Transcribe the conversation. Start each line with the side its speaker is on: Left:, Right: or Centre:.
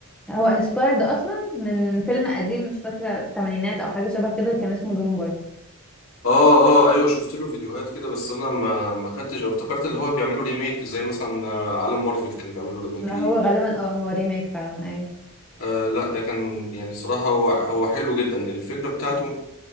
Centre: هو انسبايرد اصلا من فيلم قديم مش فاكره الثمانينات او حاجه شبه كده كان اسمه دوم برضه
Left: اه اه ايوه شفت له فيديوهات كده بس انا ما ما خدتش أو افتكرت اللي هو بيعملوا ريميك زي مثلا آه، عالم مارفل كانوا بيعملوا ريميك
Centre: لا
Left: ليه
Centre: هو غالبا اه هو ريميك فعلا ايوه
Left: آه لا ده كان يعني صراحة هو هو حلو جدا الفكرة بتاعته